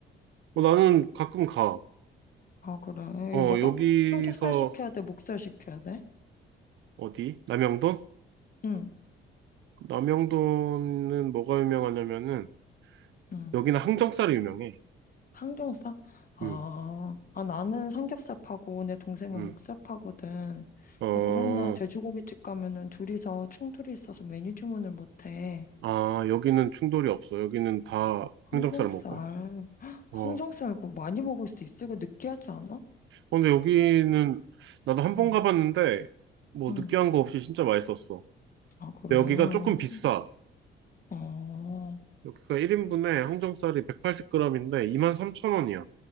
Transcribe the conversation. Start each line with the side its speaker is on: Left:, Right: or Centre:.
Right: 어, 나는 가끔 가.
Left: 아, 그래.
Right: 어,
Left: 이거 뭐가?
Right: 여기서
Left: 삼겹살 시켜야 돼? 목살 시켜야 돼?
Right: 어디? 남영돈?
Left: 응,
Right: 남영돈은 뭐가 유명하냐면은
Left: 응.
Right: 여기는 항정살이 유명해.
Left: 항정살? 아,
Right: 음,
Left: 아, 나는 삼겹살 파고 내 동생은
Right: 음.
Left: 목살 파거든.
Right: 어,
Left: 그래갖고 맨날 돼지고기집 가면은 둘이서 충돌이 있어서 메뉴 주문을 못 해.
Right: 아, 여기는 충돌이 없어. 여기는 다
Left: 항정살.
Right: 항정살 먹어.
Left: 헉,
Right: 어.
Left: 항정살
Right: 어,
Left: 그거 많이 먹을 수 있어? 이거 느끼하지 않아?
Right: 근데 여기는 나도 한 번
Left: 응.
Right: 가봤는데 뭐
Left: 응.
Right: 느끼한 거 없이 진짜 맛있었어.
Left: 아, 그래.
Right: 근데 여기가 조금 비싸.
Left: 좀, 어,
Right: 여기가 1인분에 항정살이 180g인데 23,000원이야.